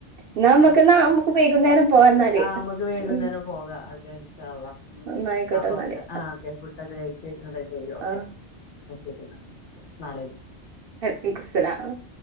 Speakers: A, on the right; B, on the left.
A: എന്നാ നമ്മുക്ക്
B: <unintelligible>
A: എന്നാ നമുക്ക് വൈകുന്നേരം പോവാ എന്നാല്
B: ആ നമ്മക്ക് വൈകുന്നേരം
A: ഉം
B: പോകാം ഓക്കെ ഇൻഷാ അള്ളാ. ഉം
A: എന്നായിക്കോട്ടെ
B: അപ്പൊ
A: എന്നാല്
B: ആ ഓക്കെ ഫുഡൊക്കെ കഴിച്ച് റെഡി ആയി ഓക്കെ
A: ആഹ്
B: ശരി എന്നാ. അസ്സലാ അലൈക്കും
A: <unintelligible> സലാം